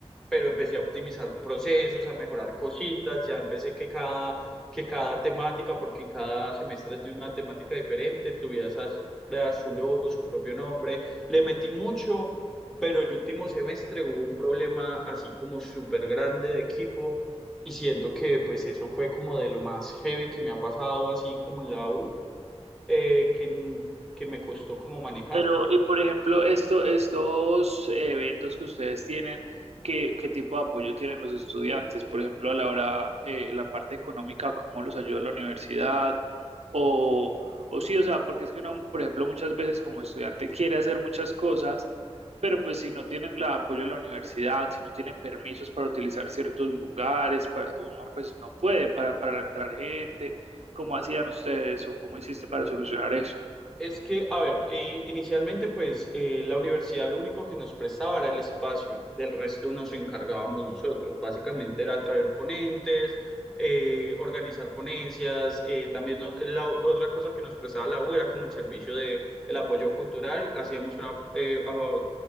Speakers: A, in the centre; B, on the right.
A: pero empecé a optimizar procesos, a mejorar cositas, ya empecé que cada, que cada temática, porque en cada semestre es de una temática diferente, tuviera esas- su logo, su propio nombre, le metí mucho pero el último semestre hubo un problema así como súper grande de equipo y siento que pues eso fue como de lo más heavy que me ha pasado así como en la U, eh, que, que me costó como manejar
B: Pero, y por ejemplo, esto, estos eventos que ustedes tienen, ¿qué, qué tipo de apoyo tienen los estudiantes? Por ejemplo, a la hora, eh, la parte económica, ¿cómo los ayuda la universidad? O, o sí, o sea, porque es que uno, por ejemplo, muchas veces como estudiante quiere hacer muchas cosas, pero pues si no tiene el apoyo de la universidad, si no tiene permisos para utilizar ciertos lugares, para, uno pues no puede para, para entrar gente. ¿Cómo hacían ustedes o cómo hiciste para solucionar eso?
A: Es que, a ver, eh, inicialmente pues eh, la universidad lo único que nos prestaba era el espacio, del resto nos encargábamos nosotros. Básicamente era traer ponentes, eh, organizar ponencias, eh, también no- la o- otra cosa que nos prestaba la U era como el servicio de el apoyo cultural, hacíamos una eh, ah,